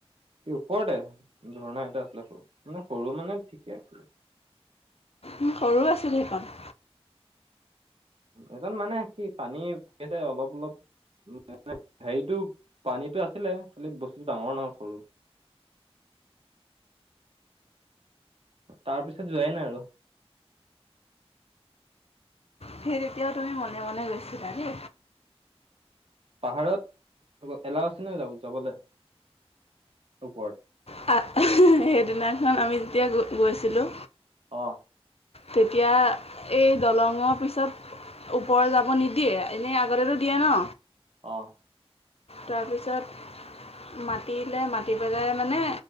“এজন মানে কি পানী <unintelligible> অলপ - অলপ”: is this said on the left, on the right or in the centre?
Right